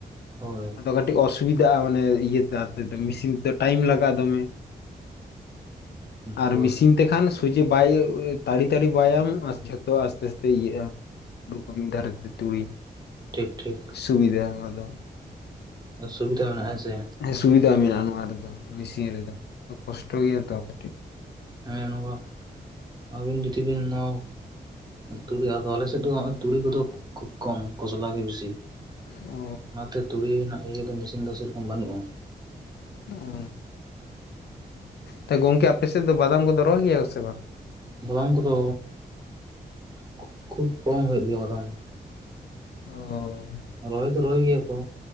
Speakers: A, on the right; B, on the left.
A: ᱦᱳᱭ
B: ᱟᱫᱚ ᱠᱟᱹᱴᱤᱡ ᱚᱥᱩᱵᱤᱫᱟᱜ-ᱟ ᱢᱟᱱᱮ ᱤᱭᱟᱹ ᱛᱮᱫᱚ ᱢᱮᱥᱤᱱ ᱛᱮᱫᱚ ᱴᱟᱭᱤᱢ ᱞᱟᱜᱟᱜ-ᱟ ᱫᱚᱢᱮ᱾ ᱟᱨ
A: ᱦᱳᱭ
B: ᱢᱤᱥᱤᱱ ᱛᱮᱠᱷᱟᱱ ᱥᱩᱡᱮ ᱵᱟᱭ ᱛᱟᱲᱤ ᱛᱟᱲᱤ ᱵᱟᱭ ᱟᱢ ᱟᱨ ᱡᱷᱚᱛᱚ ᱟᱥᱛᱮ ᱟᱥᱛᱮ ᱤᱭᱟᱹᱜ-ᱟ᱾ <unintelligible> ᱢᱤᱫ ᱫᱷᱟᱨᱮ ᱛᱮ ᱛᱩᱲᱤ
A: ᱴᱷᱤᱠ ᱴᱷᱤᱠ᱾
B: ᱥᱩᱵᱤᱫᱷᱟ ᱟᱫᱚᱢ
A: ᱥᱩᱵᱤᱫᱷᱟ ᱢᱮᱱᱟᱜ-ᱟ ᱦᱮᱸᱥᱮ?
B: ᱦᱮᱸ ᱥᱩᱵᱤᱫᱟ ᱢᱮᱱᱟᱜ-ᱟ ᱱᱚᱣᱟ ᱨᱮᱫᱚ ᱢᱮᱥᱤᱱ ᱨᱮᱫᱚ ᱠᱚᱥᱴᱚ ᱜᱮᱭᱟ ᱛᱚ ᱠᱟᱹᱴᱤᱡ,
A: ᱦᱮᱸ ᱱᱚᱝᱠᱟ ᱟᱹᱵᱤᱱ ᱡᱩᱫᱤ ᱵᱤᱱ ᱱᱚᱣᱟ ᱛᱩᱲᱤᱜ ᱟᱫᱚ ᱟᱞᱮᱥᱮᱫ ᱫᱚ ᱚᱸᱜ ᱚᱭ ᱛᱩᱲᱤ ᱠᱚᱫᱚ ᱠᱷᱩᱵ ᱠᱚᱢ ᱠᱷᱚᱥᱞᱟ ᱜᱮ ᱵᱤᱥᱤ,
B: ᱚ
A: ᱚᱱᱟᱛᱮ ᱛᱩᱲᱤ ᱨᱮᱱᱟᱜ ᱤᱭᱟᱹ ᱫᱚ ᱢᱮᱥᱤᱱ ᱫᱚ ᱥᱮᱨᱚᱠᱚᱢ ᱵᱟᱹᱱᱩᱜ-ᱟ᱾
B: ᱚ ᱛᱚ ᱜᱚᱝᱠᱮ ᱟᱯᱮ ᱥᱮᱫ ᱫᱚ ᱵᱟᱫᱟᱢ ᱠᱚᱫᱚ ᱨᱚᱦᱚᱭ ᱜᱮᱭᱟ ᱠᱚ ᱥᱮ ᱵᱟᱝ?
A: ᱵᱟᱫᱟᱢ ᱠᱚᱫᱚ ᱠᱷᱩ ᱠᱷᱩᱵ ᱠᱚᱢ ᱦᱩᱭᱩᱜ ᱜᱮᱭᱟ ᱵᱟᱫᱟᱢ᱾
B: ᱚ᱾
A: ᱨᱚᱦᱚᱭ ᱫᱚ ᱨᱚᱦᱚᱭ ᱜᱮᱭᱟ ᱠᱚ